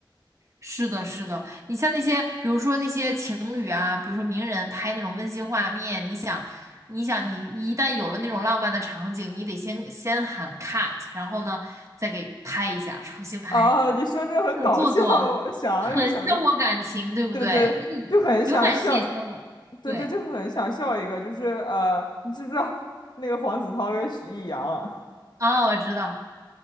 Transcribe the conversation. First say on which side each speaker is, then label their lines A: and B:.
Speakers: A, on the right; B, on the left.
A: 是的，是的，你像那些，比如说那些情侣啊，比如说名人拍那种温馨画面，你想，你想，你一旦有了那种浪漫的场景，你得先先喊 cut，然后呢，再给拍一下，重新拍，
B: 啊，你说这很搞笑，
A: 很做作，
B: 我想就想，
A: 很消磨感情，对不对？
B: 对对，
A: 那你有感情也消磨，
B: 就很想笑，对对，
A: 对
B: 就很想笑一个，就是呃，你知不知道 <laughs> 那个黄子韬跟徐艺洋啊
A: 啊，我知道，